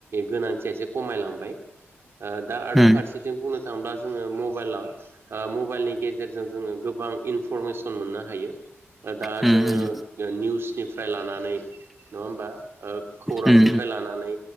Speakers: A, on the right; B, in the centre.
A: गोनांथिया एसे खमायलांबाय। बाय दा
B: उम
A: रो फारसेथिं बुंनो थाङोब्ला जोङो मबाइलाव ओ मबाइलनि गेजेरजों जोङो गोबां इनफरमेसन मोननो हायो। दा
B: उम
A: जोङो निउसनिफ्राय लानानै नङा होमबा ओ खौरांनिफ्राय
B: उम
A: लानानै